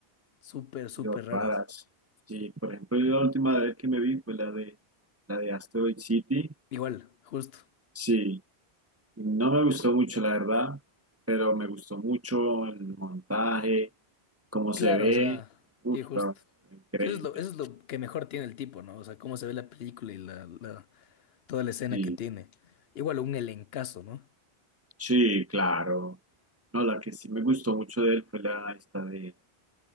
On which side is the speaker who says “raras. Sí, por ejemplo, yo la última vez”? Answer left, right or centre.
Right